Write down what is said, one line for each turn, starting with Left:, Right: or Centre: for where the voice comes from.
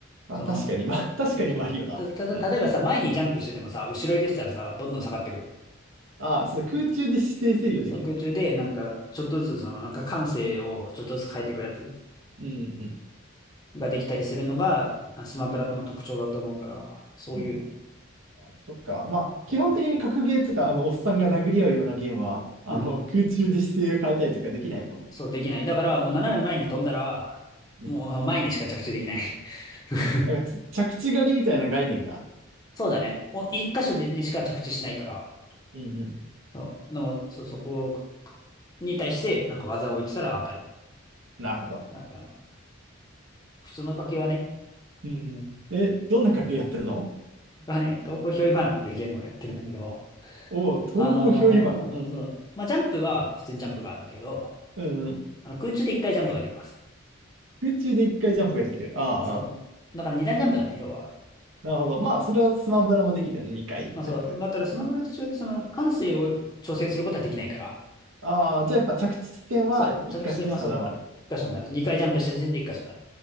Right: まあ、
Left: その、
Right: 確かに、まあ、<laughs> 確かにマリオだ。
Left: そう、た、た、
Right: うん。
Left: た例えばさ、前にジャンプしててもさ、後ろに出てたらさ、どんどん下がってくる。
Right: ああ、そうだ、空中で姿勢制御できるね。
Left: そう、空中で、なんか、ちょっとずつ、その、なんか感性をちょっとずつ変えていくやつ
Right: うんうん。
Left: ができたりするのが、あスマブラの特徴だと思うから、そういうの。
Right: うん、そっか。まあ、
Left: どうか
Right: 基本的に格ゲーとか、あの、おっさんが殴り合うようなゲームは、あの、
Left: な
Right: 空中で姿勢を変えたりとかできないもんね。
Left: そう、できない。だから、もう斜め前に飛んだら、
Right: うん。
Left: もう前にしか着地できない。<laughs>
Right: なんかつ、着地狩りみたいな概念が。
Left: そうだね。お一箇所でにしか着地しないから、
Right: うんうん。
Left: そうでもそ、そこに対して、なんか技を置いてたら当たるっ
Right: なるほど。
Left: て感じかな。普通の掛けはね、
Right: うんうん。え、どんな格ゲーやってんの
Left: がね、東方ひょいばなっていうゲームをやってるんだけど、
Right: おおう、東方憑依花。
Left: あのーそう、
Right: うんうん。
Left: まあ、ジャンプは普通にジャンプがあるんだけど、
Right: うんうん。
Left: あの空中で一回ジャンプができます。
Right: 空中で一回ジャンプができる。ああ、
Left: そう。
Right: ああ。
Left: だから二段ジャンプだね、要は。
Right: なるほど。まあ、それはスマブラもできるよね。2回ジャンプ。
Left: まあそう。まあ、ただスマブラと違って、その、感性を調整することはできないから、
Right: ああ、じゃあやっぱ着地点は1箇所に定まる。
Left: そう、着地点はそう、一箇所になる。二回ジャンプした時点で一箇所になる。